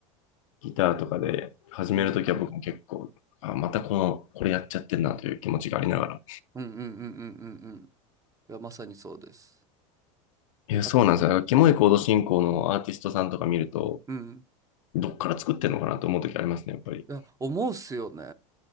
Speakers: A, on the left; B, on the right.
A: ギターとかで始めるときは僕も結構、
B: うん。
A: あ、またこの、これやっちゃってんなという気持ちがありながら
B: うんうんうんうんうんうん。いや、まさにそうです。
A: いや、そうなんですよ。
B: あ、
A: だからキモいコード進行のアーティストさんとか見ると、
B: うん。
A: どっから作ってんのかなと思うときありますね、やっぱり。
B: いや、思うっすよね。